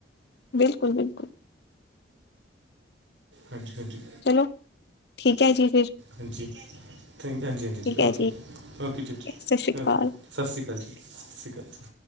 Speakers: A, on the left (about 60°); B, on the right (about 90°).
A: ਬਿਲਕੁਲ-ਬਿਲਕੁਲ।
B: ਹਾਂਜੀ-ਹਾਂਜੀ।
A: ਚਲੋ ਠੀਕ ਐ ਜੀ ਫਿਰ।
B: ਹਾਂਜੀ, ਠੀਕ ਐ ਜੀ ਫਿਰ, ਠੀਕ ਹਾਂਜੀ-ਹਾਂਜੀ
A: ਠੀਕ
B: ਜੀ
A: ਹੈ
B: ਓਕੇ-ਓਕੇ ਜੀ, ਠੀਕ
A: ਸਤਿ
B: ਐ ਜੀ
A: ਸ਼੍ਰੀ
B: ਓਕੇ।
A: ਅਕਾਲ
B: ਸਸ਼ੀ ਕਾਲ ਜੀ ਸਸ਼ੀ ਕਾਲ ਜੀ।